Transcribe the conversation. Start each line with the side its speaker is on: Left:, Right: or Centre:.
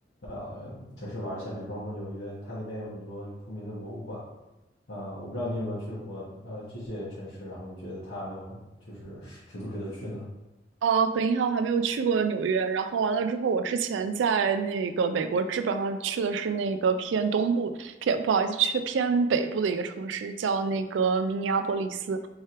Left: 呃城市玩一下，比方说纽约，它那边有很多著名的博物馆，呃，我不知道你有没有去过呃这些城市，然后你觉得他们会就是值不值得去呢？
Right: 呃，很遗憾，我还没有去过纽约。然后完了之后，我之前在那个美国，基本上去的是那个偏东部，偏不好意思，去偏北部的一个城市，叫那个明尼阿波利斯。